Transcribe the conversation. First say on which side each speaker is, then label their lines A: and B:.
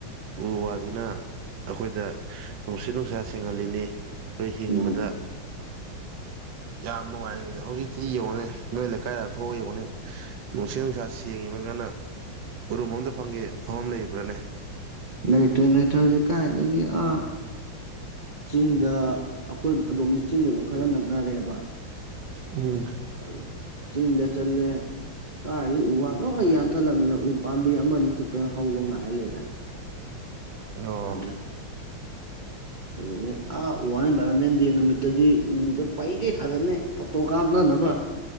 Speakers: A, on the right; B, on the right.
A: ꯎ ꯋꯥꯁꯤꯅ ꯑꯈꯣꯏꯗ ꯅꯨꯡꯁꯤꯠ ꯅꯨꯡꯁꯥ ꯁꯦꯡꯍꯜꯂꯤꯅꯤ ꯑꯩꯈꯣꯏ ꯍꯤꯡꯕꯗ
B: ꯃꯥꯅꯦ
A: ꯌꯥꯝ ꯅꯨꯡꯉꯥꯏꯉꯦꯗꯤ ꯍꯧꯖꯤꯛꯇꯤ ꯌꯦꯡꯉꯨꯅꯦ ꯅꯣꯏ ꯂꯩꯀꯥꯏꯗ ꯊꯣꯛꯑꯒ ꯌꯦꯡꯉꯨꯅꯦ ꯅꯨꯡꯁꯤꯠ ꯅꯨꯡꯁꯥ ꯁꯦꯡꯉꯤꯕꯒꯅ ꯎꯔꯨꯝ ꯑꯝꯇ ꯐꯝꯒꯦ ꯐꯝꯕꯝ ꯂꯩꯕꯔꯅꯦ
B: ꯂꯩꯇ꯭ꯔꯦ ꯂꯩꯇ꯭ꯔꯦ ꯍꯧꯖꯤꯛ ꯀꯥꯏꯗꯒꯤ ꯑꯥ ꯆꯤꯡꯗ ꯑꯈꯣꯏ ꯑꯗꯣꯝꯅ ꯆꯤꯡꯒꯁꯨ ꯈꯔ ꯅꯛꯅꯔꯦꯕ
A: ꯎꯝ
B: ꯑꯗꯨ ꯆꯤꯡꯗ ꯆꯠꯂꯦ ꯀꯥꯏꯗꯒꯤ ꯎ ꯋꯥ ꯂꯣꯏ ꯌꯥꯟꯊꯠꯂꯝꯃꯤꯅꯣ ꯎ ꯄꯥꯝꯕꯤ ꯑꯃ ꯑꯅꯤ ꯈꯛꯇꯥꯡ ꯍꯧꯕ ꯉꯥꯏ ꯂꯩꯔꯦ
A: ꯑꯣ
B: ꯌꯥꯗ꯭ꯔꯦ ꯑꯗꯨꯅꯦ ꯑꯥ ꯋꯥꯔꯜꯗ ꯏꯟꯚꯥꯏꯔꯣꯟꯃꯦꯟ ꯗꯦ ꯅꯨꯃꯤꯠꯇꯗꯤ ꯎꯁꯦ ꯄꯩꯒꯩ ꯊꯥꯖꯟꯅꯤ ꯐꯣꯇꯣ ꯀꯥꯞꯅꯅꯕ